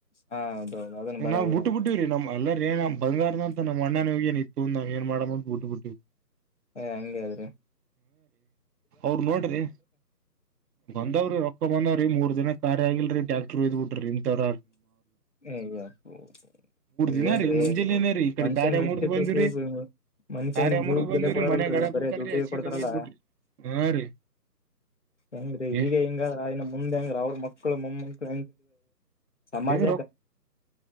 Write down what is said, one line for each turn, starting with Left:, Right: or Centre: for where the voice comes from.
Left: ಹಾ ಹೌದೌದು ಅದನ್ನ ಬರಾಬರಿ
Right: ನಾವು ಬಿುಟ್ಟುಬುಟ್ಟವ್ರೀ
Left: ಅ
Right: ನಮ್ಮ ಅಲ್ಲ ಏ್ ಬಂಗಾರ ಅಂತ ನಮ್ಮಣ್ಣ ಏ ಇತ್ತುಂದ ನಾವ್ ಏ ಮಾಡ ಬಿಟ್ಟಿ ಬಿಟ್ಟ
Left: ಏ ಹಂಗಗೆ್ರಿ
Right: ಅವರು ನೋಡ್ರಿ ಗಂಂದಾವ್ರ ರೊಕ್ಕ ಮ ೀ ಮೂರ್ ಜನ ಕಾರ್ಯ ಆಗಲ್ರಿ ಟ್ಯಾಕ್ಟರ್ೋಯ್ ಬಿಟ್ರಿ ಇನ್ ತರ
Left: ಹ ಯಪ್ಪ ಇದೇಏನ್ರೀ
Right: ದಿನ ರೀ ಮುಂಜೆಲಿನೇ ರೀ ಈ ಕಡೆ
Left: ಮನ್ಷ್ಯನ್
Right: ಕಾರ್ಯ
Left: ವ್ಯಕ್ತಿತ್ವ
Right: ಮುರ್ದ್ ಬಂದಿವ್ರಿ
Left: ಮನುಷ್ಯನ್
Right: ಕಾರ್ಯ
Left: ಜೀವಕ್
Right: ಮುರ್ದ್ ಬಂದಿವ್ರಿ
Left: ಬೆಲೆ ಕೊಡಾರಲ್ರರಿ
Right: ಮನ್ಯಾಗ ಅಳಕುತಾರ್ರಿ
Left: ಬರೇ ದುಡ್ಡ
Right: ಹಸಿದ
Left: ಕೊಡ್ತಾರಲ್ಲ
Right: ಒಯ್ದ್ ಬಿಟ್ರಿ ಹಾ ರೀ
Left: ಹೆಂಗ್ರೀ
Right: ಏ
Left: ಈಗ ಹಿಂಗ ಇನ್ನು ಮುಂದೆ ಹೆಂಗ್ರ ಅವ್ರ ಮಕ್ಕಳು ಮೊಮ್ಮಕ ಸಮಾಜ
Right: ರೊಕ್ಕ